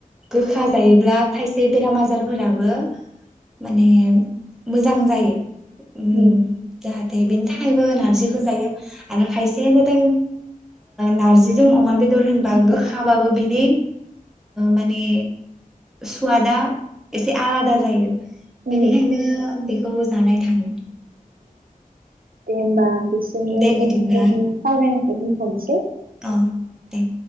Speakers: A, in the centre; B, on the right.
A: गोखा जायोब्ला खायसे बेराम आजारफोराबो माने मोजां जायो। औ
B: उम
A: जाहाथे बेनि थाखायबो नारजिखौ जायो आरो खायसेया जादों नारजिजों अमा बेदर बेदर होनबा गोखाबाबो बेनि माने सुवादा एसे आलादा जायो
B: उम
A: बिनिखायनो खौ जानाय थाङो
B: औ औ <inaudible> एसेयावनो
A: दे बिदिब्ला
B: जों सावरायनायखौ दोनथ'नोसै
A: अ दे